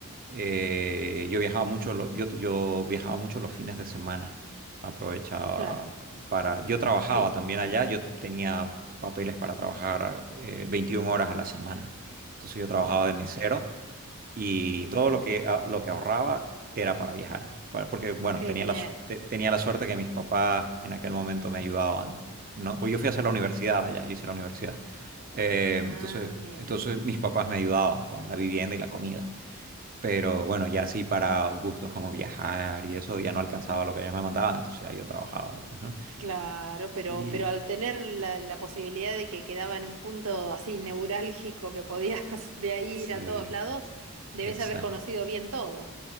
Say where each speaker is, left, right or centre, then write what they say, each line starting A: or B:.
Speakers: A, on the right (about 40°); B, on the right (about 70°).
A: eh, yo viajaba mucho, lo- yo, yo viajaba mucho los fines de semana. Aprovechaba
B: claro,
A: para... Yo trabajaba
B: sí.
A: también allá, yo tenía papeles para trabajar eh, 21 horas a la semana. Entonces yo trabajaba
B: Ujú,
A: de mesero y
B: ujú.
A: todo lo que, a- lo que ahorraba era para viajar, para- porque bueno,
B: Qué
A: tenía
B: bien,
A: la, su- te- tenía la suerte que mis papás en aquel momento me ayudaban, ¿no? Pues yo fui a hacer
B: claro.
A: la universidad allá, yo hice la universidad. Eh,
B: Ah,
A: entonces,
B: mira.
A: entonces mis papás me ayudaban con la vivienda y la comida, pero bueno, ya
B: Uf.
A: sí para gustos como viajar y eso ya no alcanzaba lo que ellos me mandaban, entonces ahí yo trabajaba, digamos, ¿no?
B: Claro, pero,
A: Y
B: pero al tener la, la posibilidad de que quedaba en un punto así neurálgico que podías <laughs> de ahí
A: sí,
B: ir a todos lados, debes
A: exacto.
B: haber conocido bien todo.